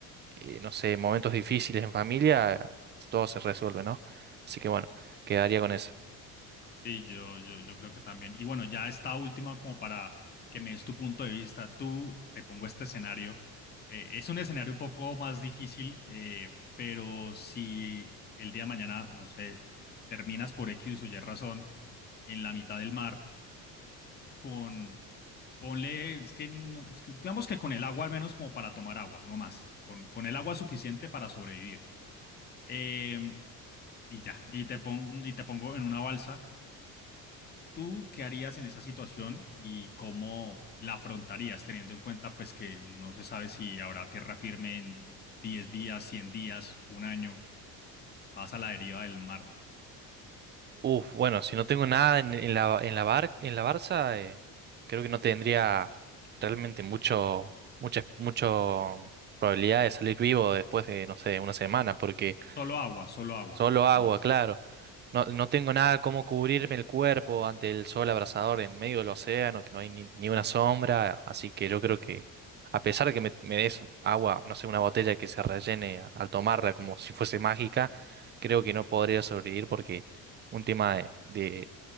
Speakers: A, on the right; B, on the left.
A: eh, no sé, momentos difíciles en familia, todo se resuelve, ¿no? Así que bueno, quedaría con eso.
B: Sí, yo, yo, yo creo que también. Y bueno, ya esta última como para que me des tu punto de vista. Tú te pongo este escenario. Eh, es un escenario un poco más difícil, eh, pero si el día de mañana, no sé, terminas por X o Y razón en la mitad del mar con, ponle, es que, no, es que digamos que con el agua al menos como para tomar agua, no más, con, con el agua suficiente para sobrevivir. Em, y ya, y te pon- y te pongo en una balsa ¿Tú qué harías en esa situación y cómo la afrontarías, teniendo en cuenta pues que no se sabe si habrá tierra firme en 10 días, 100 días, un año? Vas a la deriva del mar.
A: Uf, bueno, si no tengo nada en, en la, en la Bar- en la Barça, eh, creo que no tendría realmente mucho, muchas, mucho probabilidad de salir vivo después de, no sé, una semana, porque
B: Solo agua, solo agua,
A: Solo
B: no
A: agua,
B: más.
A: claro. No, no tengo nada como cubrirme el cuerpo ante el sol abrasador en medio del océano, que no hay ni, ni una sombra, así que yo creo que a pesar de que me, me des agua, no sé, una botella que se rellene a- al tomarla como si fuese mágica, creo que no podría sobrevivir porque un tema de, de,